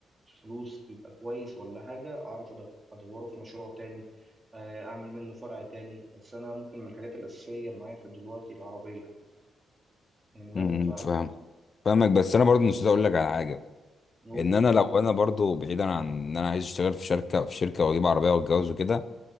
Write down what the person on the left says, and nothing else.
امم امم،
فاهم فاهمك بس انا برضو نسيت اقول لك على حاجه
ان انا لو انا برضو بعيدا عن ان انا عايز اشتغل في شركه في شركه واجيب عربيه واتجوز وكده